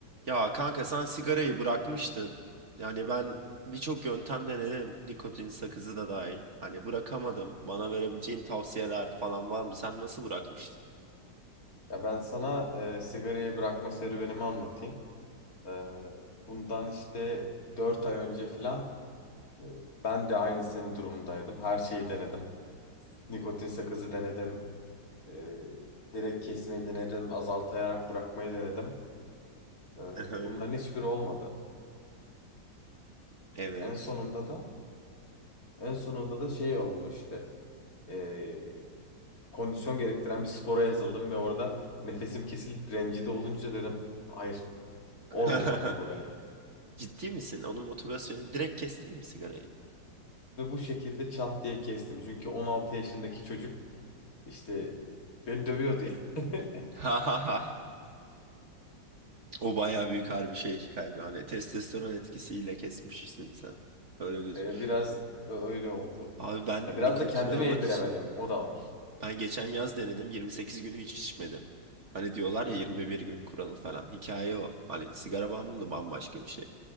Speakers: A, on the right; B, on the left.
A: Ya kanka sen sigarayı bırakmıştın. Yani ben birçok yöntem denedim. Nikotin sakızı da dahil. Hani bırakamadım. Bana verebileceğin tavsiyeler falan var mı? Sen nasıl bırakmıştın?
B: Ya ben sana e, sigarayı bırakma serüvenimi anlatayım. E, bundan işte 4 ay önce filan e, ben de aynı senin durumundaydım. Her şeyi denedim. Nikotin sakızı denedim. E, direkt kesmeyi denedim. Azaltayarak bırakmayı denedim. E,
A: <laughs>
B: bunların hiçbiri olmadı.
A: Evet.
B: En sonunda da en sonunda da şey oldu işte. E, kondisyon gerektiren bir spora yazıldım ve orada nefesim kesilip rencide olunca dedim hayır
A: <laughs>
B: olmayacak bu böyle.
A: Ciddi misin? Onun motivasyonu direkt kestin mi sigarayı?
B: Ve bu şekilde çat diye kestim. Çünkü 16 yaşındaki çocuk işte beni dövüyordu. <laughs>
A: <laughs> O baya büyük harbi şey kaybı. Hani testosteron etkisiyle kesmişsin sen. Öyle gözük.
B: Ee, Biraz öyle oldu.
A: Abi ben
B: Ya Biraz
A: nikotin
B: da kendime
A: almak
B: yediremedim.
A: için
B: O da var.
A: Ben geçen yaz denedim 28 günü hiç içmedim. Hani diyorlar ya
B: Hı hı.
A: 21 gün kuralı falan. Hikaye o. Hani sigara bağımlılığı bambaşka bir şey.